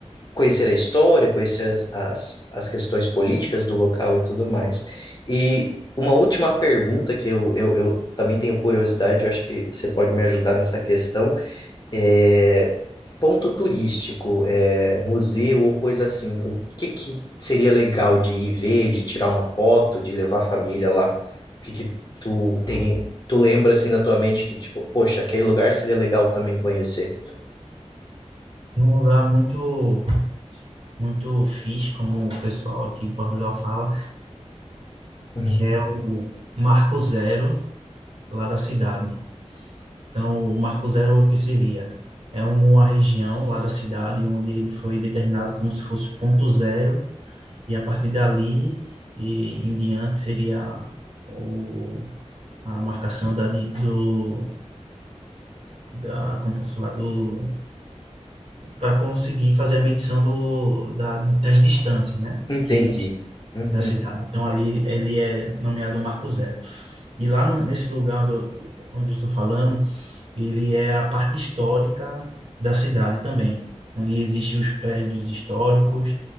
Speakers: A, on the left; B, on the right.
A: conhecer a história, conhecer as, as, as questões políticas do local e tudo mais. E uma última pergunta que eu, eu, eu também tenho curiosidade, eu acho que você pode me ajudar nessa questão, é ponto turístico, é, museu ou coisa assim, o que que seria legal de ir ver, de tirar uma foto, de levar a família lá? O que que tu tem, tu lembra assim na tua mente que tipo, poxa, aquele lugar seria legal também conhecer?
B: tem um lugar muito muito fixe, como o pessoal aqui em Portugal fala,
A: Uhum.
B: que é o Marco Zero lá da cidade. Então, o Marco Zero, o que seria? É uma região lá da cidade onde ele foi determinado como se fosse o ponto zero, e a partir dali e em diante seria o, a marcação da, di- do, da, como posso falar, do, para conseguir fazer a medição do, da, das distâncias, né?
A: Entendi.
B: Que existem
A: Uhum.
B: da cidade. Então ali ele é nomeado Marco Zero. E lá no- nesse lugar onde eu, onde eu estou falando, ele é a parte histórica da cidade também, onde existem os prédios históricos